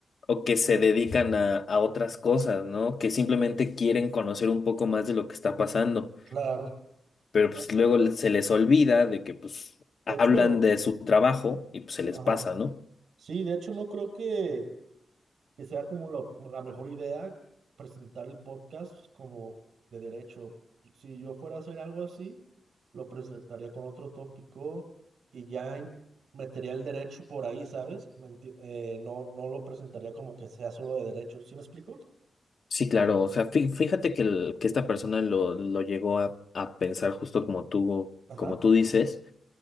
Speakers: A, on the left (about 65°); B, on the right (about 80°).
A: o que se dedican a, a otras cosas, ¿no? Que simplemente quieren conocer un poco más de lo que está pasando,
B: claro.
A: pero pues
B: Eh,
A: luego le- se les olvida de que pues
B: De
A: hablan
B: hecho,
A: de su trabajo y pues se les
B: ajá.
A: pasa, ¿no?
B: Sí, de hecho no creo que que sea como lo- la mejor idea presentar el podcast como de derecho. Si yo fuera a hacer algo así, lo presentaría con otro tópico y ya in- metería el derecho por ahí, ¿sabes? ¿Me enti- eh, no, no lo presentaría como que sea solo de derecho. ¿Sí me explico?
A: Sí, claro, o sea, fí- fíjate que, el- que esta persona lo, lo llegó a, a pensar justo como tú,
B: Ajá.
A: como tú dices.